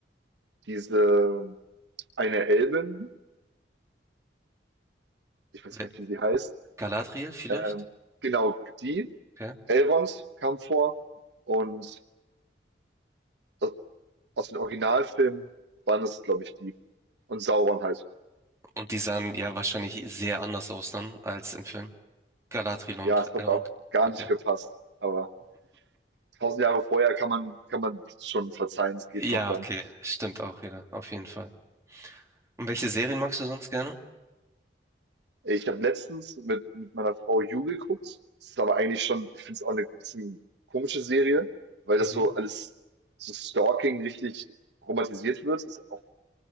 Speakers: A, on the right; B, on the right.
A: diese eine Elbin, ich weiß
B: Wer,
A: gar nicht, wie sie heißt,
B: Galadriel vielleicht?
A: ähm, genau, die,
B: Okay.
A: Elrond kam vor und aus- aus den Originalfilmen waren es, glaube ich, die. Und Sauron halt.
B: Und die sahen ja wahrscheinlich sehr anders aus dann als im Film. Galadriel und
A: Ja, es hat
B: Elrond.
A: auch gar
B: Okay.
A: nicht gepasst, aber Tausend Jahre vorher kann man kann man schon verzeihen, es geht
B: Ja,
A: noch dann.
B: okay. Stimmt auch wieder. Auf jeden Fall. Und welche Serien magst du sonst gerne?
A: Ich habe letztens mit mit meiner Frau You geguckt. Das ist aber eigentlich schon ich finde es auch eine bisschen komische Serie, weil
B: Mhm.
A: das so alles so Stalking richtig romantisiert wird. Ist auch